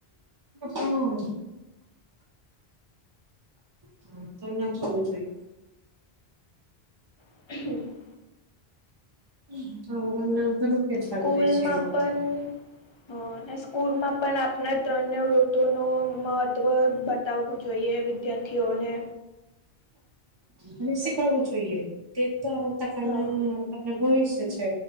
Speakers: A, on the right (about 30°); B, on the left (about 35°).
A: હા. હા તો ના કરવુ જોઈએ.
B: <inaudible>
A: <unintelligible>
B: સ્કૂલમાં
A: છે એવ
B: પણ
A: તો
B: હ અને સ્કૂલમાં પણ આપણા ત્રણે ઋતુનો મહત્વ બા બતાવવું જોઈએ વિદ્યાર્થીઓને.
A: અને શીખડવું
B: પછી
A: જોઈએ તે તો આવતા કાળના
B: હા
A: ને ભવિષ્ય છે